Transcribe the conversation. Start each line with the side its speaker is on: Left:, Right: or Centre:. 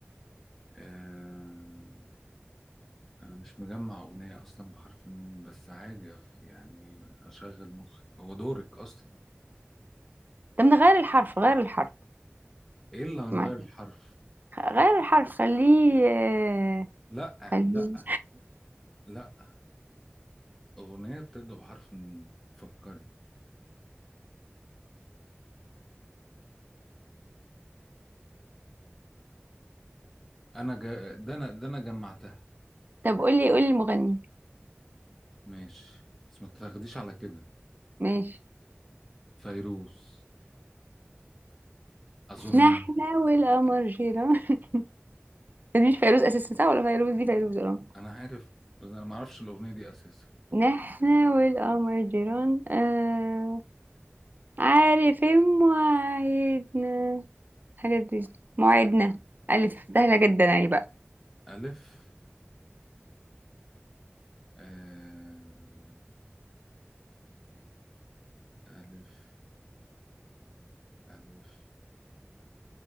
Centre: آه أنا مش مجمع أغنية أصلا بحرف النون بس عادي يعني أشغل مخي هو دورك أصلا
Right: طب نغير الحرف غير الحرف
Centre: ايه اللي هنغير
Right: معلش.
Centre: الحرف
Right: غير
Centre: لا
Right: الحرف خليه آه،
Centre: لا
Right: خليه
Centre: لا لا اغنيه بتبدا بحرف النون فكري انا جا... ده انا ده انا جمعتها
Right: طب قولي قولي المغني
Centre: ماشي بس ما تاخديش على كده
Right: ماشي
Centre: فيروز اظن
Right: نحنا
Centre: مثلا
Right: والقمر جيران <laughs> دي مش فيروز أساسا صح ولا فيروز دي فيروز اه
Centre: انا عارف بس انا ما اعرفش الاغنيه دي اساسا
Right: نحنا والقمر جيران آه عارف مواعيدنا الحاجات دي مواعيدنا ألف سهلة جدا اهي بقى
Centre: الف آه... الف الف